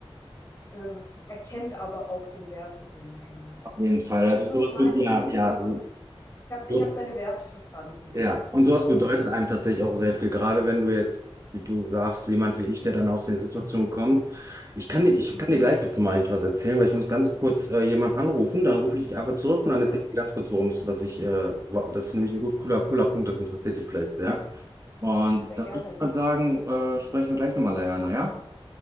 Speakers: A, on the left (about 30°); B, on the right (about 30°).
A: ähm, erkennt aber auch den Wert des Menschen.
B: Auf jeden Fall.
A: Verstehst
B: Also
A: du, was
B: sowas
A: ich
B: wird,
A: meine?
B: ja,
A: So im
B: ja,
A: Sinne
B: also
A: von, ich habe
B: so
A: ich hab deine Werte verstanden.
B: Ja, und sowas
A: So.
B: bedeutet einem tatsächlich auch sehr viel, gerade wenn du jetzt, wie du sagst, jemand wie ich, der dann aus der Situation kommt. Ich kann dir, ich
A: Mhm.
B: kann dir gleich dazu mal eigentlich was erzählen, weil ich muss ganz kurz äh, jemanden anrufen, dann rufe ich dich einfach zurück und dann
A: Ja,
B: erzähle ich dir ganz kurz, worum es, was ich, äh, wa- das ist nämlich ein gut cooler, cooler Punkt, das interessiert dich vielleicht sehr. Und
A: sehr
B: dann
A: gerne.
B: würde ich mal sagen, äh, sprechen wir gleich nochmal, Leana, ja?